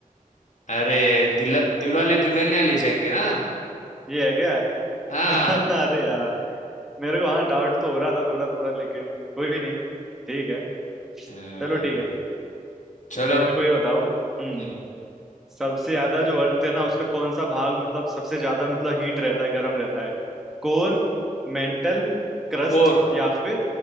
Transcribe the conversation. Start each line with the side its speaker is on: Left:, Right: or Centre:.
Left: अरे दिल दिलवाले दुल्हनिया ले जाएंगे ना
Centre: ये है क्या
Left: हाँ
Centre: <laughs> अरे यार मेरे को हाँ डाउट तो हो रहा था थोड़ा थोड़ा लेकिन कोई भी नहीं ठीक है
Left: अ,
Centre: चलो ठीक है
Left: चलो
Centre: मेरे को ये बताओ हम्म
Left: हम्म
Centre: सबसे ज्यादा जो अर्थ है ना उसका कौन सा भाग मतलब सबसे ज्यादा मतलब हीट रहता है गर्म रहता है कोर मेंटल क्रस्ट
Left: कोर
Centre: या फिर